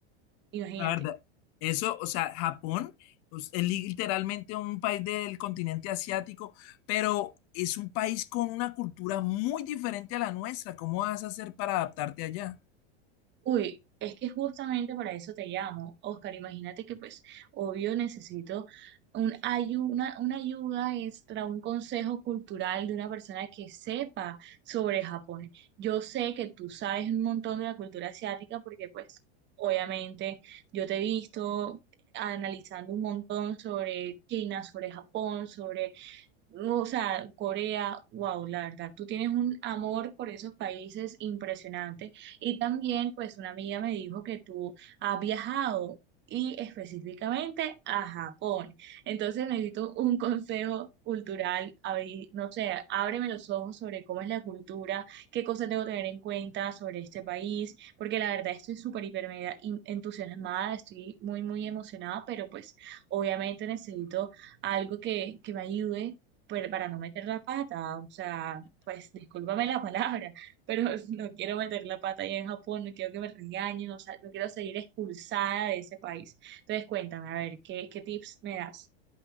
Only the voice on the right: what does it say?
Imagínate.
Uy, es que justamente para eso te llamo, Oscar. Imagínate que pues, obvio, necesito un ayu- una, una ayuda extra, un consejo cultural de una persona que sepa sobre Japón. Yo sé que tú sabes un montón de la cultura asiática porque pues, obviamente, yo te he visto analizando un montón sobre China, sobre Japón, sobre no, O sea, Corea, wow, la verdad, tú tienes un amor por esos países impresionante. Y también, pues, una amiga me dijo que tú has viajado y específicamente a Japón. Entonces necesito un consejo cultural, abrí- no sé, ábreme los ojos sobre cómo es la cultura, qué cosas debo tener en cuenta sobre este país, porque la verdad estoy súper, hiper, mega in- entusiasmada, estoy muy muy emocionada pero pues obviamente necesito algo que que me ayude pero para no meter la pata, o sea, pues discúlpame la palabra, pero <laughs> no quiero meter la pata ahí en Japón, no quiero que me regañen, o sea, no quiero seguir expulsada de ese país. Entonces, cuéntame, a ver, ¿qué, qué tips me das?